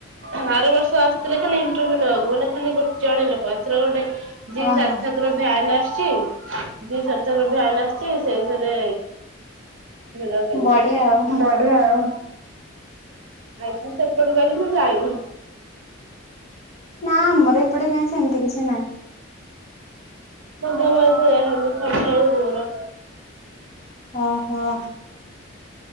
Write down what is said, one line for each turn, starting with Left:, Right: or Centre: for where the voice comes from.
Right: ଆର ବର୍ଷ ଆସିଥିଲେ ଖାଲି ଇଣ୍ଟରଭ୍ୟୁ ନବାକୁ ମାନେ ଖାଲି ଗୋଟେ ଜଣେ ଲୋକ। ଏଥର ଗୋଟେ ଯି
Left: ଓହୋ
Right: ସାର୍ଥକ ର ଭ୍ୟାାନ ଆସିଛି ଯି ସାର୍ଥକ ର ଭ୍ୟାନ ଆସିଛି ସେଇଥିରେ <unintelligible>
Left: ବଢିଆ ଆଉ
Right: ବଢିଆ ଆଉ। ଆଇକୁ ସେପଟକୁ ଆଜି ମୁଁ ଯାଇନି।
Left: ନା ଆମର ଏପଟେ କାଇ ସେମିତି କିଛି ନାଇ।
Right: <unintelligible> ଯାଇନ୍ତି ଥଣ୍ଡା ଯୋର।
Left: ଓହୋ।